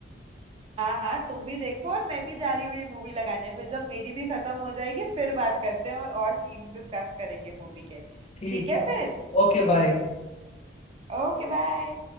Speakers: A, on the right; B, on the left.
A: हाँ हाँ तुम भी देखो और मैं भी जा रही हूँ ये मूवी लगाने फिर जब मेरी भी खत्म हो जाएगी फिर बात करते हैं और और सीन्स डिस्कस करेंगे मूवी के
B: ठीक
A: ठीक है
B: है
A: फिर
B: Okay bye
A: Okay bye